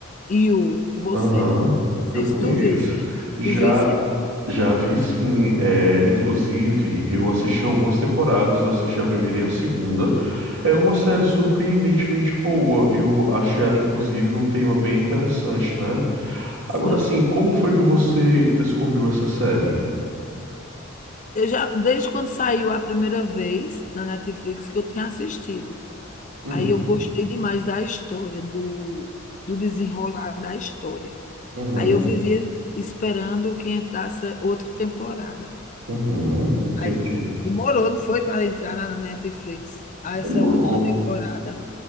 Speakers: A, on the left; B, on the right.
A: e o você.
B: aham.
A: Não sei
B: Eu conheço.
A: se tu visse.
B: Já
A: Tu visse?
B: já vi sim, é, inclusive eu assisti algumas temporadas, eu assisti a primeira e a segunda. É uma série surpreendentemente boa. Eu achei ela inclusive um tema bem interessante, né?
A: Sim.
B: Agora sim, como foi que você descobriu essa série?
A: Eu já desde quando saiu a primeira vez na Netflix que eu tinha assistido.
B: Uhum,
A: Aí eu gostei demais da história, do do desenrolar da história.
B: uhum,
A: Aí eu vivia esperando que entrasse outra temporada.
B: Uhum, entendi.
A: Aí demorou, não foi, para entrar na Netflix, a essa
B: Demorou.
A: última temporada.